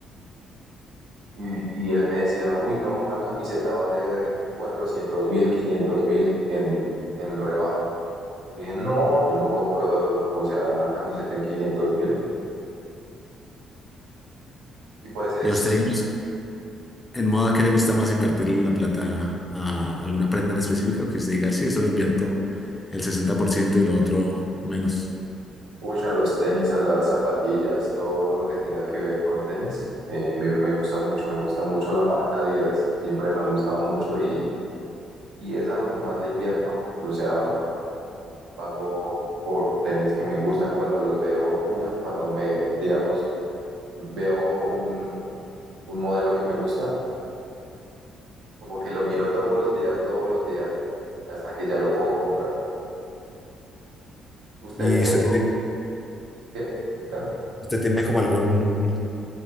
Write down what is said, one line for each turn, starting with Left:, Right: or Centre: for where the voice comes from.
Right: Y, y él me decía, uy, no, una camiseta vale cuatrocientos mil, quinientos mil en, en rebaja. Yo le dije, no, yo no compro, o sea, una camiseta en quinientos mil. Y pues es,
Left: Y a usted, digamos, En modo, ¿a qué le gusta más invertirle la plata a alguna prenda en específico? Que usted diga, sí, solo invierto el 60% y lo otro menos.
Right: uy, a los tenis, a las zapatillas, todo lo que tenga que ver con tenis. eh, me, me gusta mucho, me gusta mucho la marca Adidas. Siempre me ha gustado mucho y, y es a lo que más le invierto. O sea, pago por tenis que me gustan cuando los veo, uff, cuando me, digamos, veo un un modelo que me gusta, como que lo miro todos los días, todos los días, hasta que ya lo puedo comprar. ¿Usted
Left: ¿Y
Right: qué?
Left: usted tiene,
Right: ¿Qué? ¿Qué pena?
Left: usted tiene como algún,